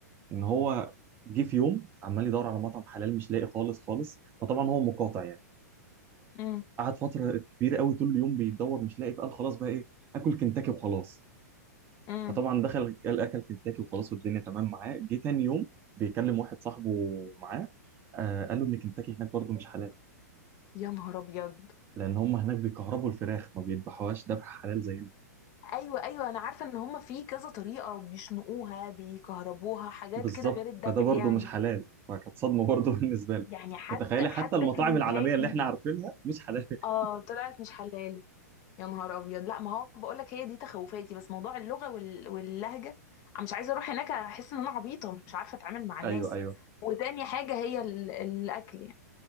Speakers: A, on the right; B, on the left.
A: ان هو جه في يوم عمال يدور على مطعم حلال مش لاقي خالص خالص فطبعا هو مقاطع يعني
B: امم
A: فقعد فتره كبيره قوي طول اليوم بيدور مش لاقي فقال خلاص بقى ايه اكل كنتاكي وخلاص
B: امم
A: فطبعا دخل قال اكل كنتاكي وخلاص والدنيا تمام معاه جه تاني يوم بيكلم واحد صاحبه معاه آه قال له ان كنتاكي هناك برضو مش حلال
B: يا نهار ابيض
A: لان هم هناك بيكهربوا الفراخ ما بيذبحوهاش ذبح حلال زي
B: ايوه ايوه انا عارفه ان هم في كذا طريقه بيشنقوها بيكهربوها حاجات
A: بالظبط
B: كده غير الذبح
A: فده برضه
B: يعني
A: مش حلال فكانت صدمه برضه <laughs> بالنسبه لي
B: يعني حتى
A: فتخيلي
B: حتى
A: حتى المطاعم
B: كنتاكي
A: العالميه اللي احنا عارفينها مش حلال
B: اه
A: <laughs>
B: طلعت مش حلال يا نهار ابيض لا ما هو بقول لك هي دي تخوفاتي بس موضوع اللغه وال... واللهجه انا مش عايزه اروح هناك احس ان انا عبيطه مش عارفه اتعامل مع الناس
A: ايوه ايوه
B: وتاني حاجه هي ال... الاكل يعني